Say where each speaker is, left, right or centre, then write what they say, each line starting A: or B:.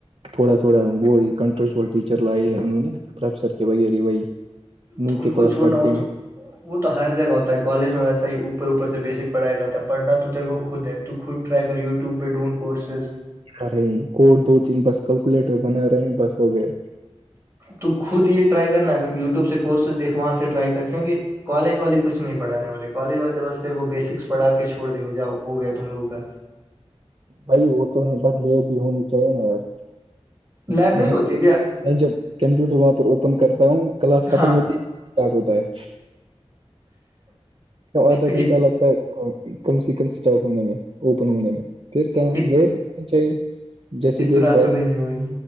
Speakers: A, on the right (about 55°); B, on the right (about 25°).
A: تھوڑا تھوڑا وہ کنٹرچ ٹیچر لائے انہوں نے پروفیسر کے وغیرہ وہی ن
B: تو ان
A: کے
B: کو
A: پاس
B: چھوڑنا
A: پڑھتے
B: ہو تو
A: ہیں
B: وہ تو ہر جگہ ہوتا ہے کالج میں ویسا ہی اوپر اوپر سے بیسک پڑھیا جاتا ہے پڑھنا تو تیرے کو خود ہے تو خود رائی کر یوٹیوب پہ ڈون کورسز
A: ارے کوڈ دو تین بس کیلکولیٹر بنا رہے ہیں بس ہو گیا
B: تو خود یہ ٹرائی کرنا یوٹیوب سے کورسز دیکھو وہاں سے ٹرائی کر کیونکہ کالج والے کچھ نہیں پڑانے والے کالج والے بس تیر کو بیسکس پڑھا کے چھڑ دیں گے جا ہو گیا تم لگوں کا
A: بھائی وہ تو نہیں ب لی بھی ہونی چاہیے نا یار
B: لیب
A: میں
B: نہیں ہوتی کیا
A: جب کمپیوٹر وہاں پر اوپن کرتا ہوں کلاس ختم
B: ہاں
A: ہوتی ہے اسٹارٹ ہوتا ہے آدھا
B: ات-
A: گھنٹہ لگتا ہے کم سے کم اسٹارٹ ہونے میں اوپن ہونے میں پھر کہاں
B: ات-
A: ریٹ بھی ہونی چاہیے جیسے
B: اتنا
A: دیکھ بال
B: تو نہیں ہے بھائی